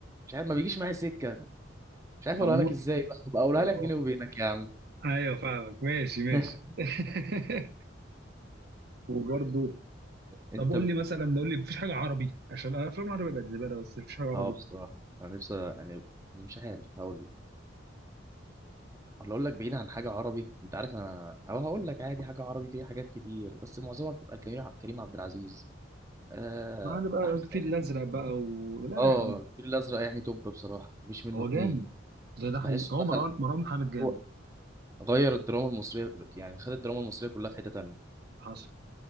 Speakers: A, on the right; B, on the right.
A: مش عارف ما بيجيش معايا سكة مش عارف
B: عموما
A: أقولها لك إزاي بقى تبقى أقولها
B: آه، آه.
A: لك بيني وبينك يا عم
B: ايوه فاهمك ماشي ماشي
A: <laughs>
B: <laughs> وبرضه
A: انت
B: طب قول
A: بت...
B: لي مثلا ده قول لي مفيش حاجه عربي عشان الافلام العربي بقت زباله بس مفيش حاجه عربي
A: اه بصراحه انا نفسي يعني أنا مش عارف هقول لك ولا اقول لك بعيد عن حاجه عربي انت عارف انا او هقول لك عادي حاجه عربي فيها حاجات كتير بس معظمها بتبقى الكريم عبد كريم عبد العزيز آه
B: ما عاد بقى الفيل
A: احمد عيد
B: الازرق بقى و... لا
A: اه
B: يا عم
A: الفيل الازرق يعني توب بصراحه مفيش منه
B: هو
A: اتنين
B: جامد ده ده حقيقي
A: بحسه
B: هو
A: دخل
B: مروان مروان محمد جامد
A: هو غير الدراما المصريه يعني خد الدراما المصريه كلها في حته تانيه
B: حصل